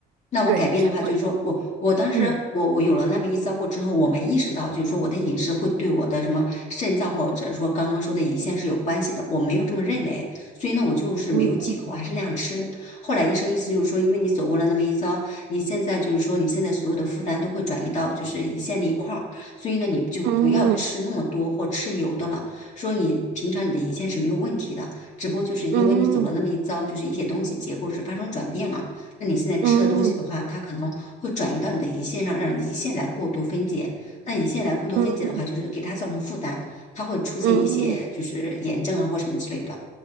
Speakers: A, on the left; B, on the right.
A: 那我改变的话，
B: 对，我
A: 就是说我我当时我我有了那么一遭过之后，
B: 嗯
A: 我没意识到，就是说我的饮食会对我的什么肾脏或者说刚刚说的胰腺是有关系的，我没有这么认为，所以呢，我就是没有忌口，
B: 嗯
A: 还是那样吃。后来医生意思就是说，因为你走过了那么一遭，你现在就是说你现在所有的负担都会转移到就是胰腺那一块儿，所以呢，你就不要吃那么多或吃油的了。
B: 嗯
A: 说你平常你的胰腺是没有问题的，只不过就是因为你走了那么一遭，
B: 嗯
A: 就是一些东西结构是发生转变了。那你现在吃的东西的话，
B: 嗯嗯
A: 它可能会转移到你的胰腺上，让胰腺来过度分解。那胰腺来过度分解的话，
B: 嗯
A: 就是给它造成负担，它会出现一些就是炎症啊或什么之类的。
B: 嗯